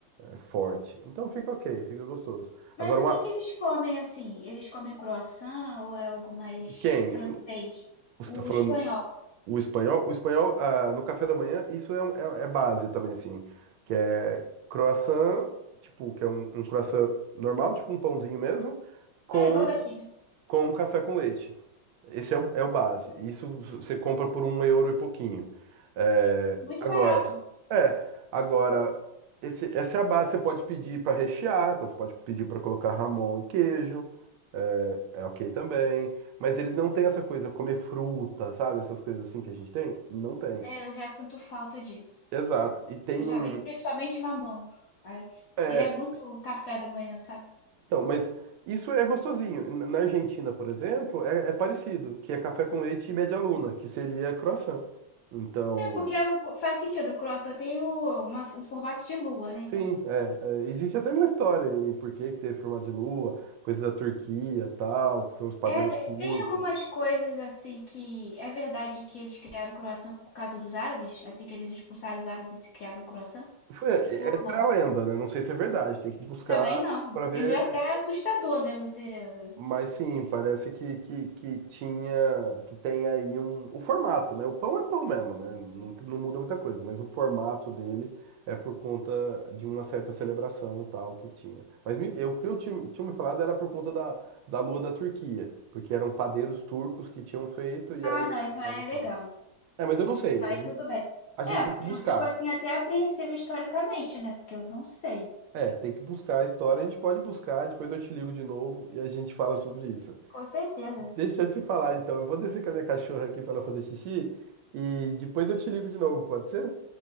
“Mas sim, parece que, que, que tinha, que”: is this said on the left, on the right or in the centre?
Right